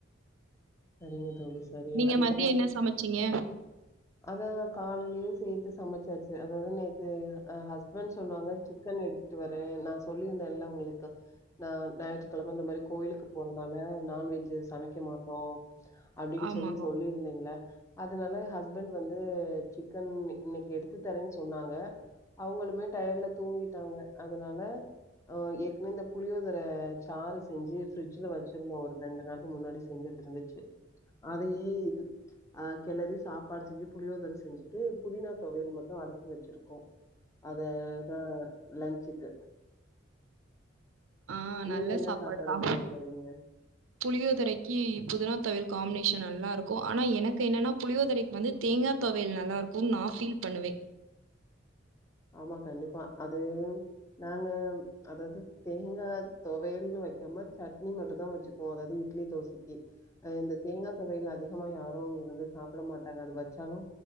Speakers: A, on the left; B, on the right.
A: சரிங்க தோழி சரி.
B: நீங்க
A: அதுக்கப்புறம்
B: மத்தியோ என்ன சமைச்சீங்க
A: அதா காலலே சேத்து சமைச்சாச்சு அதாவுது நேத்து ஹஸ் ஸ்பன்ட் சொன்னாங்க சிக்கன் எடுத்துட்டு வரே நா சொல்லியிருந்தேல உங்களுக்கு நா ஞாயிற்றுக்கிழம அந்த மாரி கோயிலுக்கு போறதுனால நான்வெஜ் சமைக்க மாட்டோ அப்டின்னு
B: ஆமா.
A: சொல்லி சொல்லியிருந்தேன்ல அதனால ஹஸ் ஹஸ்பண்ட் வந்து சிக்கன் இன்னைக்கி எடுத்து தரேன்னு சொன்னாங்க அவுங்களு மே டயர்ல தூங்கிட்டாங்க அதனால ஏற்கனவே இந்த புளியோதர சாறு செஞ்சு ஃபிரிட்ஜ்ல வச்சிருந்தோ ஒரு ரெண்டு நாளுக்கு முன்னாடி செஞ்சது இருந்துச்சு அதையே இது ஆ கெளறி சாப்பாடு செஞ்சு புளியோதர செஞ்சுட் டு புதினா தொவயல் மட்டு அரச்சு வச்சிருக்கோ அத தா லன்ச்சுக்கு
B: ஆ
A: நீங்க
B: நல்ல
A: என்ன
B: சாப்பாடு தா
A: செய்ய போறீங்க
B: புளியோதரைக்கு புதினா தொவையல் காம்பினேஷன் நல்லா இருக்கு ஆனா எனக்கு என்னன்னா புளியோதரைக்கு வந்து தேங்கா தொவையல் நல்லா இருக்குனு நா ஃபீல் பண்ணுவே
A: ஆமா கண்டிப்பா அது நாங்க அதாவுது தேங்கா துவையல்ன்னு வைக்காம சட்னி மட்டுந்தா வச்சுக்குவோ அதாவது இட்லி தோசக்கி அ இந்த தேங்கா தொவையல் அதிகமா யாரு இங்க வந்து சாப்பிட மாட்டாங்க அது வச்சாலு